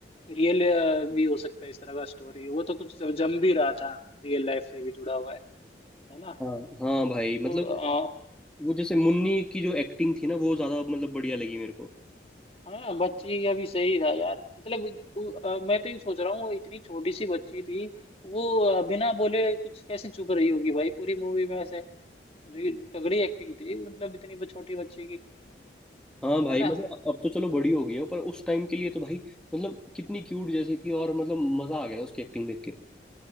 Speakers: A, on the left; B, in the centre.
A: रियल भी हो सकता है इस तरह का स्टोरी वो तो कुछ जम भी रहा था रियल लाइफ से भी जुड़ा हुआ है है ना
B: हाँ हाँ भाई मतलब
A: तो
B: वो जैसे मुन्नी की जो एक्टिंग थी ना वो ज्यादा मतलब बढ़िया लगी मेरे को
A: हाँ बच्ची अभी सही था यार मतलब वो- अ, मैं तो ये सोच रहा हूँ वो इतनी छोटी सी बच्ची थी वो अ, बिना बोले कुछ कैसे चुप रही होगी भाई पूरी मूवी में ऐसे जो तगड़ी एक्टिंग थी मतलब इतनी ब- छोटी बच्ची की
B: हाँ भाई
A: है ना
B: मतलब अब तो चलो बड़ी हो गई है पर उस टाइम के लिए तो भाई मतलब कितनी क्यूट जैसी थी और मतलब मजा आ गया था उसकी एक्टिंग देख के